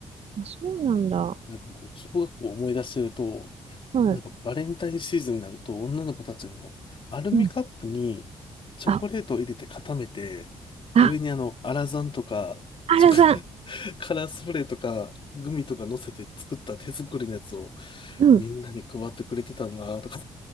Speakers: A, on the right; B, on the left.
A: あ、そうなんだ。
B: なんかこう、小学校を思い出してると、
A: は
B: なんかバレンタインシーズンになると、女の子たちのアルミカップにチョコレートを入れて固めて、
A: い。うん。あ、あ、
B: 上にあの、アラザンとか、
A: 原さん。
B: チョコ <laughs>、カラースプレーとか、グミとか乗せて作った手作りのやつを
A: うん。
B: みんなに配ってくれてたなとか、